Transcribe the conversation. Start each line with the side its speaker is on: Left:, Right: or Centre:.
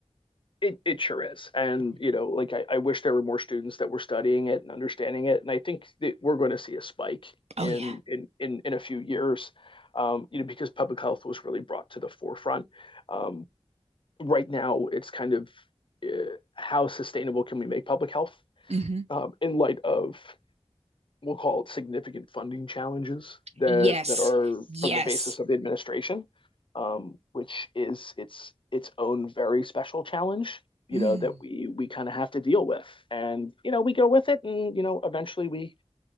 Left: It, it sure is. And,
Right: Mm-hmm.
Left: you know, like I, I wish there were more students that were studying it and understanding it. And I think that we're going to see a spike
Right: Oh
Left: in,
Right: yeah.
Left: in, in, in a few years, um, you know, because public health was really brought to the forefront. Um, right now, it's kind of uh, how sustainable can we make public health?
Right: hmm
Left: um, in light of we'll call it significant funding challenges that
Right: Yes.
Left: that are
Right: Yes.
Left: from the basis of the administration, um, which is its its own very special challenge. You
Right: Mm.
Left: know that we we kind of have to deal with, and you know we go with it, and you know eventually we